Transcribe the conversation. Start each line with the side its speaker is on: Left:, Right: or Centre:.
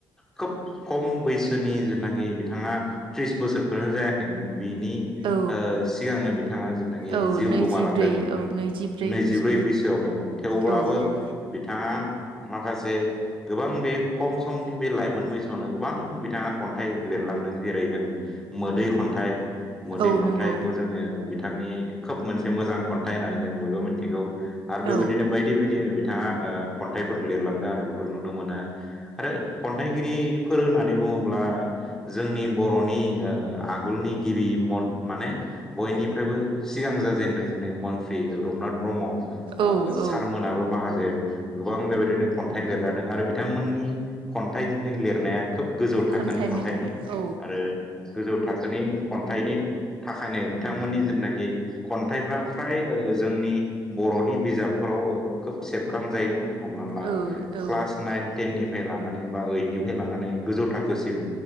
Centre: खोब खम बैसोनि जुनाखि बिथाङा त्रिस बोसोरखौनो जायाखैमोन बिनि
Right: औ
Centre: ओ सिगांनो बिथाङा जेनाखि
Right: औ
Centre: जिउ
Right: नैजिब्रै
Centre: गोमालांदों
Right: औ नैजिब्रै
Centre: नैजिब्रै
Right: बैसो
Centre: बैसोआवनो थेवब्लाबो
Right: औ औ
Centre: बिथाङा माखासे गोबां बे खम समनि बे लाइमोन बैसोआवनो गोबां बिथाङा खन्थाइ लिरलांदों जेरै जों मोदै खन्थाइ मोदै
Right: औ
Centre: खन्थाइखौ
Right: नंगौ
Centre: जोङो बिथांनि खोब मोनसे मोजां खन्थाइ होननानै जों बयबो मिन्थिगौ आरो बेबायदिनो
Right: औ
Centre: बायदि बायदि बिथाङा ओ खन्थाइफोर लिरलांदों आरो बेफोरखौ नुनो मोनो आरो खन्थाइगिरिफोर होननानै बुङोब्ला जोंनि बर'नि ओ आगोलनि गिबि मथ माने बयनिफ्रायबो सिगां जाजेननाय जेनाखि मन्त्रि रुनाथ ब्रह्म ओ
Right: औ
Centre: सारमोनाबो
Right: औ
Centre: माखासे गोबां बेबायदिनो खन्थाइ लिरलादों आरो बिथांमोननि खन्थाइजोंथ लिरनाया खोब गोजौ थाखोनि
Right: खन्थाइ
Centre: खन्थाइमोन
Right: मेथाइ औ
Centre: आरो गोजौ थाखोनि खन्थाइनि थाखायनो बिथांमोननि जिथनाखि खन्थाइफ्रा फ्राय ओ जोंनि बर'नि बिजाबफोर खोब सेबखां जायोमोन न हमनानै ला
Right: औ औ
Centre: क्लास नाइन टेननिफ्राय लानानै बा ओइटनिफ्राय लानानै गोजौ थाखोसिम